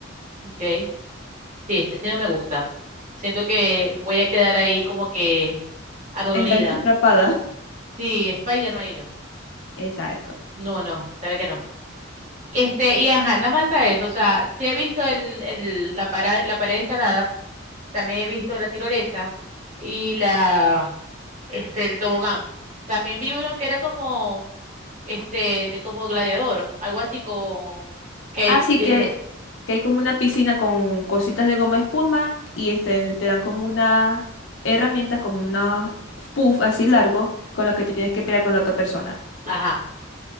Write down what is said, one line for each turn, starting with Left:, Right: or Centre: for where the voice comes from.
Right: Ok. Sí, ese sí no me gusta. Siento que voy a quedar ahí como que adolorida.
Left: Enganche atrapada.
Right: Sí, Spider-Man y yo.
Left: <laughs> Exacto.
Right: No, no, sabe que no. Este, y ajá, nada más está eso. O sea, sí he visto el, el, la, para- la pared de escalada, también he visto la tirolesa y la, este, el tobogán. También vi uno que era como, este, de como gladiador, algo así con, que
Left: Así
Right: tiene
Left: que,
Right: que...
Left: que hay como una piscina con cositas de goma espuma y este, te dan como unas herramientas, como unos puff así largos con los que te tienes que pelear con la otra persona.
Right: Ajá.